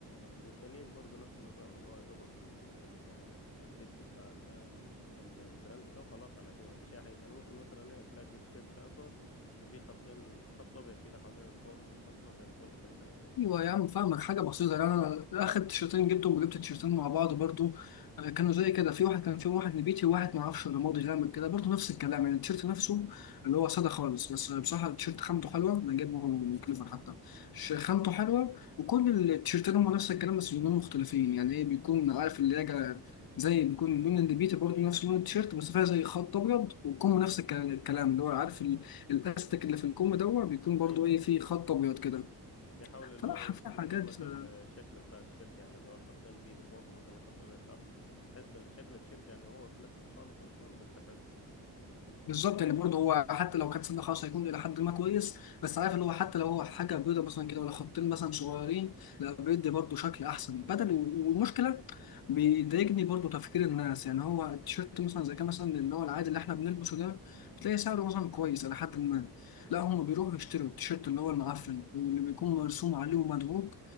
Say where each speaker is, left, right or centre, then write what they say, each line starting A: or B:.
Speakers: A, on the left; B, on the left.
A: والتانيين برضه نفس النظام اللي هو يا دوبك ال... ال... البيتش بتاع ال- البراند ده وخلاص على كده مفيش اي حاجه تاني ممكن مثلا ايه تلاقي تيشيرت اسود وفي خطين خط ابيض كده حوالين الكم خط ابيض فوق في ال-
B: ايوه يا عم فاهمك
A: بالظبط
B: حاجه بسيطه يعني انا اخر تيشرتين جبتهم وجبت تيشرتين مع بعض برضو آه، كانوا زي كده في واحد كان فيهم واحد نبيتي وواحد ما اعرفش رمادي غامق كده برضو نفس الكلام يعني التيشرت نفسه اللي هو ساده خالص بس بصراحه التيشرت خامته حلوه انا جايبه من كليفر حتى ش- خامته حلوه وكل التيشرتين هم نفس الكلام بس لونين مختلفين يعني ايه بيكون عارف اللي هي زي بيكون لون النبيتي برضو نفس لون التيشيرت بس فيها زي خط ابيض والكم نفس الك- الكلام اللي هو عارف ال- الاستك اللي في الكم دوت بيكون برضو
A: ايوه
B: ايه
A: آه.
B: فيه خط ابيض كده
A: بيحاول اللي
B: صراحة
A: هو يز-
B: في
A: يظبط
B: حاجات
A: لك
B: آه،
A: ال- الشكل بتاع التيشيرت يعني اللي هو خطين بيض فوق ومثلا خط ابيض تحت تحس الشكل التيشيرت يعني هو كلاسيك خالص اصلا بس حلو
B: بالظبط يعني برضه هو حتى لو كانت سنة خاصة هيكون إلى حد ما كويس بس عارف اللي هو حتى لو هو حاجة بيضة مثلا كده ولا خطين مثلا صغيرين لا بيدي برضه شكل أحسن بدل والمشكلة بيضايقني برضه تفكير الناس يعني هو التيشيرت مثلا زي كان مثلا اللي هو العادي اللي إحنا بنلبسه ده بتلاقي سعره مثلا كويس إلى حد ما لا هم بيروحوا يشتروا التيشيرت اللي هو المعفن واللي بيكون مرسوم عليه ومدروج